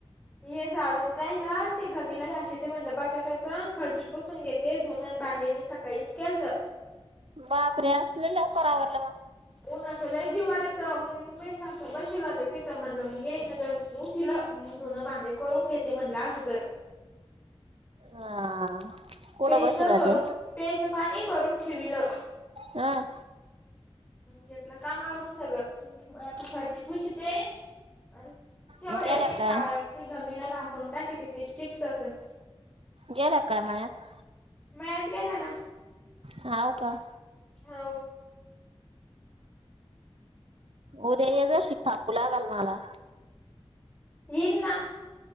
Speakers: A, on the left; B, on the right.
A: ये झाडून राहिलं ते घमीला घाशिते म्हणलं बटाट्याचं फरशीची पुसून घे ते धुण न भांडे मी सकाळीचं केलतं.
B: बापरे आज लई लवकर आवरलं मग.
A: उन्हाचं लय जीवावर येतं मग मुंबई सासू बसिल राहते तिथं म्हटलं मग यायचं जर उठिला. मग धुणं, भांडी करून घेते म्हणलं अदुगर.
B: मग हा कुठं
A: प्यायचं
B: बसेल होते
A: भरून प्यायचं पाणी भरून ठेविलं.
B: हा.
A: तिथलं काम आवरून सगळं आता फरशी पुसीते. अन् तेवढं
B: गेला
A: एका
B: काय
A: ते घमीला घासून टाकीते ते चिप्सचं.
B: गेला का मळ्यात?
A: मळयात गेला ना.
B: हाव का?
A: होव.
B: उद्या हे वशीक थापू लागाल मला.
A: इल ना.